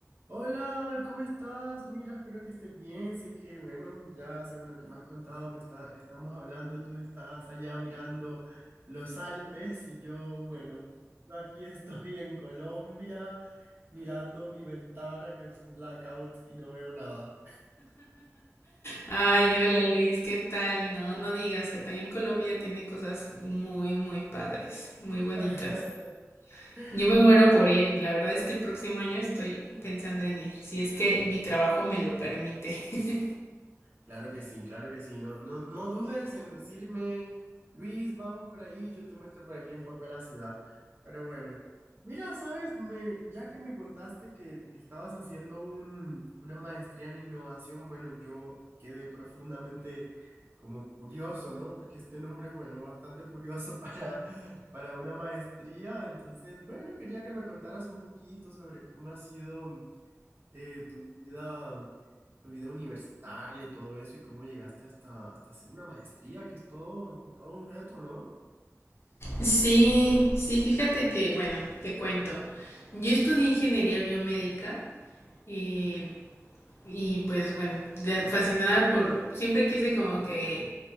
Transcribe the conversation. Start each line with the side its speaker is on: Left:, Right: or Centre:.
Right: Hola, ¿cómo estás? Mira, espero que estés bien. Sé que, bueno, ya según lo que me has contado, me está, estamos hablando y tú estás allá mirando los Alpes y yo, bueno, yo aquí <laughs> estoy en Colombia mirando mi ventana que es un blackout y no veo nada.
Left: Ay, hola Luis, ¿qué tal? No, no digas que también Colombia tiene cosas muy, muy padres, muy bonitas.
Right: <laughs>
Left: Yo me muero
Right: En-
Left: por ir, la verdad es que el próximo año estoy pensando en ir, si es que mi trabajo me lo permite. <laughs>
Right: Claro que sí, claro que sí. No, no, no dudes en decirme, Luis, vamos por ahí, yo te muestro por aquí un poco de la ciudad. Pero bueno, mira, sabes, me, ya que me contaste que estabas haciendo un, una maestría en innovación, bueno, yo quedé profundamente como curioso, ¿no? Porque este nombre es, bueno, bastante curioso <laughs> para, para una maestría. Entonces, bueno, quería que me contaras un poquito sobre cómo ha sido eh, tu vida, tu vida universitaria y todo eso, y cómo llegaste hasta, hasta hacer una maestría, que es todo, todo un reto, ¿no?
Left: Sí, sí, fíjate que, bueno, te cuento. Yo estudié ingeniería biomédica y, y pues bueno, de- fascinada por, siempre quise como que